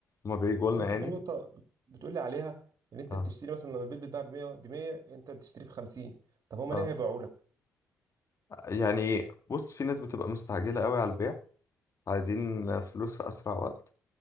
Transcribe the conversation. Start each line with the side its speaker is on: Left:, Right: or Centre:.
Left: هما بيجوا لنا
Right: بس انت
Left: يعني
Right: في نقطة بت- بتقول لي عليها ان انت
Left: اه
Right: بتشتري مثلا لو البيت بيتباع ب 100 ب 100 انت بتشتريه ب 50 طب هما
Left: اه
Right: ليه هيبيعوا لك؟
Left: يعني بص في ناس بتبقى مستعجلة قوي على البيع عايزين فلوس في أسرع وقت